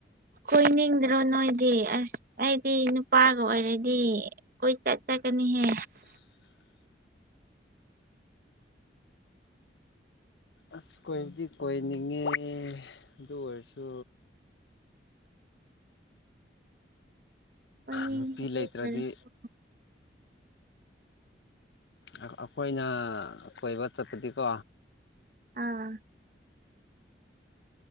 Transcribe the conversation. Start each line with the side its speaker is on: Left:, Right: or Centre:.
Right: ꯀꯣꯏꯅꯤꯡꯗ꯭ꯔꯣ ꯅꯣꯏꯗꯤ ꯑꯁ ꯑꯩꯗꯤ ꯅꯨꯄꯥꯒ ꯑꯣꯏꯔꯗꯤ ꯀꯣꯏ ꯆꯠ ꯒꯅꯤꯍ
Left: ꯎ ꯑꯁ ꯀꯣꯏꯕꯨꯗꯤ ꯀꯣꯏꯅꯤꯡꯉꯦ ꯑꯗꯨ ꯑꯣꯏꯔꯁꯨ
Right: ꯀꯣꯏꯅꯤꯡꯉꯦ
Left: ꯅꯨꯄꯤ
Right: ꯑꯗꯨ
Left: ꯂꯩꯇ꯭ꯔꯗꯤ
Right: ꯑꯣꯏꯔꯁꯨ
Left: ꯑꯩꯈꯣꯏꯅ ꯀꯣꯏꯕ ꯆꯠꯄꯗꯤꯀꯣ
Right: ꯑꯥ